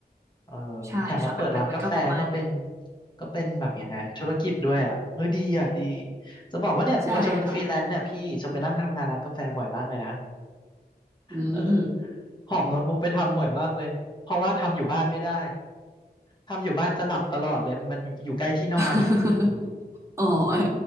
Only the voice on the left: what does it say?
เออ
แถมมาเปิดร้านกาแฟก็เป็นก็เป็นแบบยังไงธุรกิจด้วยอะเฮ้ยดีอะดีจะบอกว่าเนี่ยพอเชลเป็นฟรีแลนซ์เนี่ยพี่เชลไปนั่งทำงานร้านกาแฟบ่อยมากเลยนะ
เออหอบโน้ตบุ๊กไปทำบ่อยมากเลยเพราะว่าทำอยู่บ้านไม่ได้ทำอยู่บ้านจะหลับตลอดเลยมันอยู่อยู่ใกล้ที่นอน